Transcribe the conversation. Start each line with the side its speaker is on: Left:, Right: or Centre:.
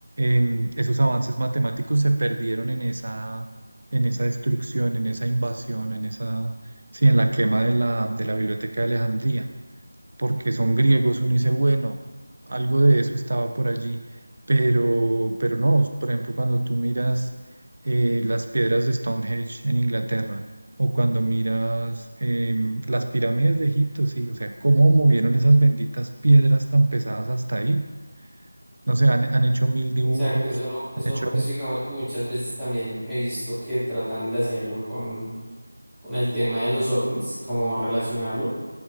Right: em, esos avances matemáticos, se perdieron en esa, en esa destrucción, en esa invasión, en esa, sí, en la quema de la, de la Biblioteca de Alejandría porque son griegos, uno dice, bueno, algo de eso estaba por allí, pero, pero no, por ejemplo, cuando tú miras eh, las piedras de Stonehenge en Inglaterra, o cuando miras em, las pirámides de Egipto, sí, o sea, cómo movieron esas benditas piedras tan pesadas hasta ahí. No sé, han, han hecho mil dibujos,
Centre: Exacto, eso no, eso,
Right: han hecho,
Centre: eso digamos que muchas veces también he visto que tratan de hacerlo con con el tema de los ovnis, cómo relacionarlo,